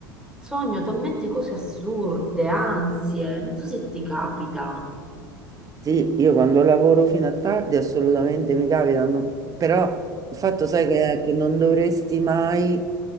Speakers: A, in the centre; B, on the right.
A: sogno talmente cose assurde, ansie. Non so se ti capita.
B: Sì, io quando lavoro fino a tardi assolutamente mi capita, ma- però il fatto sai che, è che non dovresti mai